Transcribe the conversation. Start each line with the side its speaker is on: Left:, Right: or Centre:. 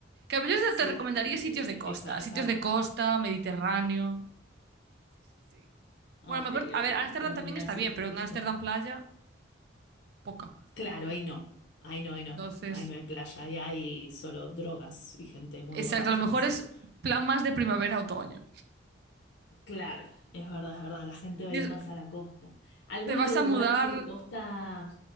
Right: Que yo
Left: Sí,
Right: te recomendaría
Left: eh,
Right: sitios de costa,
Left: esa, esa.
Right: sitios de costa, Mediterráneo. Sí, sí, sí.
Left: Ok,
Right: Bueno, a lo mejor, a
Left: ok.
Right: ver, Ámsterdam
Left: Tengo
Right: también
Left: que mirar
Right: está
Left: sitios
Right: bien, pero
Left: de costa.
Right: en Ámsterdam playa, poca.
Left: Claro, ahí no. Ahí no, ahí no.
Right: Entonces,
Left: Ahí no hay playa, ahí hay solo drogas y gente muy
Right: exacto,
Left: borracha
Right: a lo mejor
Left: quizás.
Right: es plan más de primavera-otoño.
Left: Claro, es verdad, es verdad. La gente va
Right: Dios,
Left: a ir más a la costa. ¿Algún
Right: Te vas
Left: otro lugar
Right: a mudar
Left: así de costa